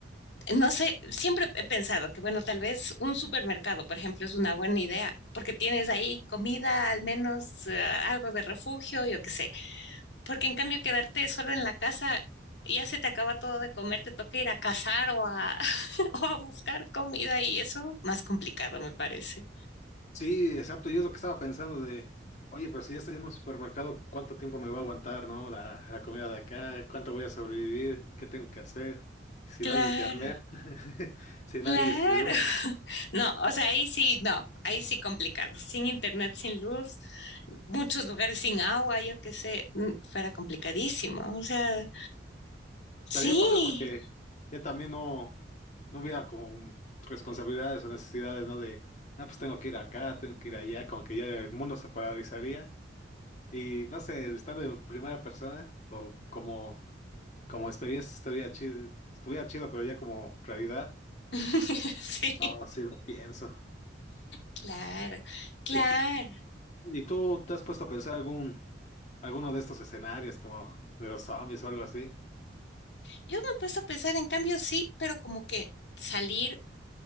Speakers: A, on the left; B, on the left.
A: No sé, siempre he pensado que, bueno, tal vez un supermercado, por ejemplo, es una buena idea, porque tienes ahí comida, al menos eh, algo de refugio, yo qué sé. Porque en cambio, quedarte solo en la casa, ya se te acaba todo de comer, te toca ir a cazar o a, <laughs> o a buscar comida y eso, más complicado, me parece.
B: Sí, exacto, yo es lo que estaba pensando de, oye, pero si ya estoy en un supermercado, ¿cuánto tiempo me va a aguantar, no? La, la comida de acá, ¿cuánto voy a sobrevivir? ¿Qué tengo que hacer? Si
A: Claro.
B: no hay internet, <laughs> si
A: Claro.
B: no hay este, luz.
A: <laughs> No, o sea, ahí sí, no, ahí sí complicado. Sin internet, sin luz, muchos lugares sin agua, yo qué sé, mm, fuera complicadísimo. O sea, sí.
B: Estaría padre porque ya también no, no hubiera con responsabilidades o necesidades, ¿no? De, ah, pues tengo que ir acá, tengo que ir allá, como que ya el mundo se paralizaría. Y no sé, estar en primera persona o como, como experiencia estaría chido, estuviera chido, pero ya como realidad,
A: <laughs> Sí,
B: no, sí lo pienso.
A: claro, claro.
B: ¿Y, tú- y tú te has puesto a pensar algún, alguno de estos escenarios, como de los zombies o algo así?
A: Yo me he puesto a pensar, en cambio, sí, pero como que salir